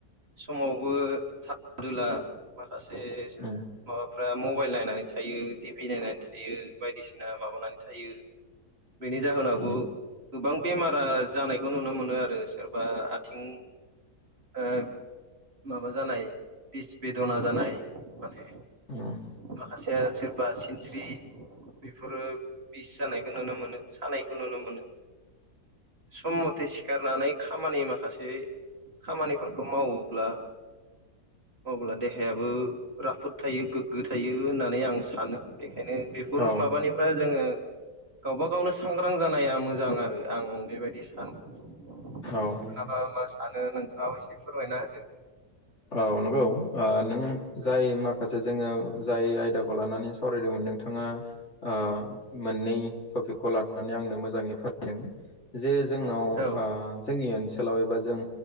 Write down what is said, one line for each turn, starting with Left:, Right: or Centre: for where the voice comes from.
Right: समावबो थाब उनदुला माखासे
Left: उम
Right: माबाफ्रा मबाइल नायनानै थायो टिभि नायनानै थायो बायदिसिना माबानानै था थायो बेनि जाहोनावबो
Left: उम
Right: गोबां बेमारा जानायखौ नुनो मोनो आरो सोर बा आथिं ओ माबा जानाय बिस बेदना जानाय माने
Left: उम
Right: माखासे सोरबा सिनस्रि बेफोरो बिस जानायखौ नुनो मोनो सानायखौ नुनो मोनो। सम मथे सिखारनानै खामानि माखासे खामानिफोरखौ मावोब्ला अब्ला देहायाबो राफोद थायो गोग्गो थायो होननानै आं सानो। बेखायनो बेफोर
Left: औ
Right: माबानि फुरा जोङो गावबा गावनो सांग्रां जानाया मोजां आरो आं बेबायदि सानो।
Left: औ
Right: नोंथाङाबा मा सानो नोंथाङाबो एसे फोरमायना होदो?
Left: औ नंगौ ओ नों जाय
Right: होदो
Left: माखासे जोङो जाय आयदाखौ लानानै सावरायदोंमोन नोंथाङा ओ मोननै टपिकखौ लानानै आंनो मोजाङै फोरमायदों। जे जोंनाव
Right: औ
Left: ओ जोंनि ओनसोलाव एबा जों